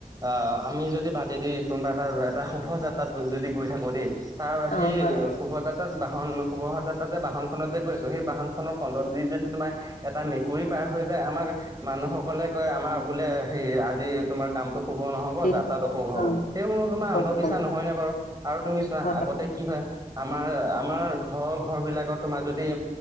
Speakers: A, on the right; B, on the left.
A: আ আমি যদি বাতে দি কোনোবা এটা, এটা শুভ যাত্ৰাত যদি গৈ থাকো দেই। তাৰ সেই
B: অ হয়
A: শুভ যাত্ৰাত বাহন শুভ যাত্ৰা তাত যে বাহনত যে গৈছোঁ, সেই বাহখনৰ পন্দৰ দি যদি তোমাৰ এটা মেকুৰী পাৰ হৈ যায় আমাৰ, মানুহসকলে কয় আমাৰ বোলে সেই আজি তোমাৰ কামটো শুভ নহব
B: দিন
A: যাত্ৰাত অশুভ হব,
B: অ
A: সেইবোৰ তোমাৰ
B: আকৌ
A: অন্ধবিশ্বাস
B: হয়
A: নহয়নে বাৰু। আৰু তুমি চোৱা,
B: হয়
A: আগতে কি হয়, আমাৰ আমাৰ ঘৰৰ ঘৰ বিলাকত তোমাৰ যদি,